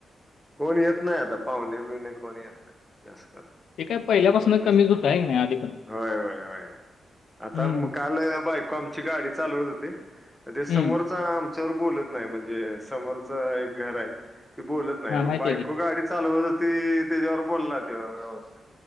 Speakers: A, in the centre; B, on the left.
A: कोण येत नाही आता पाहुणे बिऊणे कोण येत नाही जास्त
B: ते काय पहिल्यापासून
A: कोण
B: कमीच होतं आहे की नाही आधी पण.
A: होय होय होय आता
B: हं,
A: काल बायक को आमची गाडी चालवत होती ते समोर
B: हं.
A: आमच्यावर बोलत नाही म्हणजे समोरच एक घर आहे ते बोलत नाही
B: हां, माहिती
A: बायको
B: आहे की.
A: गाडी चालवत होती त्याच्यावर बोलला ते व्यवस्थ